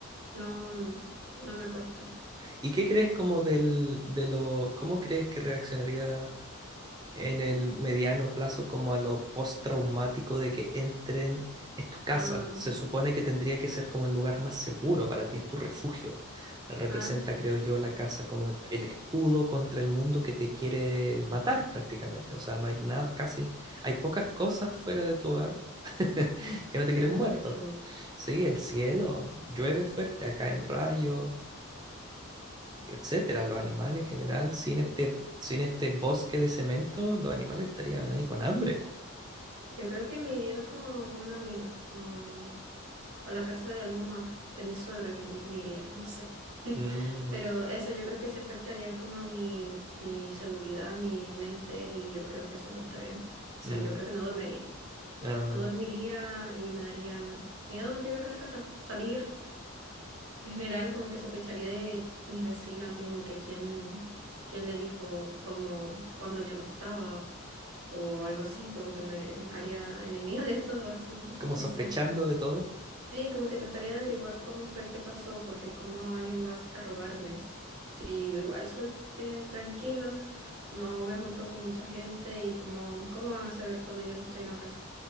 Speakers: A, on the right; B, on the right.
A: no, no me cuesta.
B: ¿Y qué crees como del, de lo, cómo crees que reaccionaría? en el mediano plazo como a lo postraumático de que entren, es tu casa,
A: Ah,
B: se supone que tendría que ser como el lugar más seguro para ti, es tu refugio. Representa,
A: ah, sí,
B: creo yo, la casa como el escudo contra el mundo que te quiere matar prácticamente. O sea, no hay nada, casi, hay pocas cosas fuera de tu hogar <laughs> que no te quieren
A: yo no
B: muerto.
A: me quiero matar.
B: Sí, el cielo llueve fuerte acá en Rayo, etcétera. Los animales en general, sin este, sin este bosque de cemento, los animales estarían ahí con hambre.
A: Yo creo que me iría con una amiga, o o a la casa de alguien más, de mi suegro, y me, me iría, no sé. <laughs>
B: Mm,
A: Pero eso yo creo que sí afectaría como a mi, mi seguridad, mi mente, y yo creo que eso no está bien. O sea,
B: mm,
A: yo creo que no dormiría.
B: ah,
A: No dormiría y me daría miedo llegar a la casa, salir. En general, como que sospecharía de mis vecinos, así como que quién, quién le dijo como cuando yo no estaba o, o algo así, como que me haría enemiga de todo, así,
B: como
A: no
B: sospechando
A: sé.
B: de todo.
A: Sí, como que trataría de averiguar cómo fue, qué pasó, porque cómo alguien va a robarme. S- Sí, yo igual soy eh, tranquila, no me junto con mucha gente y cómo, cómo van a saber cuando yo no estoy en la casa.